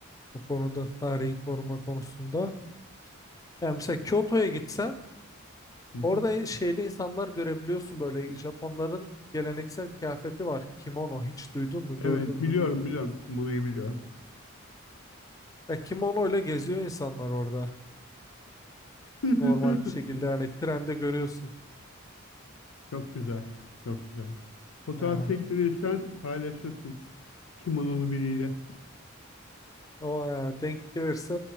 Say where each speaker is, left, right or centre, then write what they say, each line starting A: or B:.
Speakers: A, on the left; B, on the left.
A: o konuda tarihi koruma konusunda. Yani mesela Kyoto'ya gitsen
B: Hı hı.
A: Orada şeyli insanlar görebiliyorsun böyle Japonların geleneksel kıyafeti var. Kimono hiç duydun mu
B: Evet
A: gördün
B: biliyorum
A: mü bilmiyorum.
B: biliyorum. Kimono'yu biliyorum.
A: Ya kimono ile geziyor insanlar orada.
B: <laughs>
A: Normal bir şekilde yani trende görüyorsun.
B: Çok güzel. Çok güzel. Fotoğraf
A: Ha,
B: çektirirsen paylaşırsın. Kimonolu biriyle.
A: O ya, denk gelirse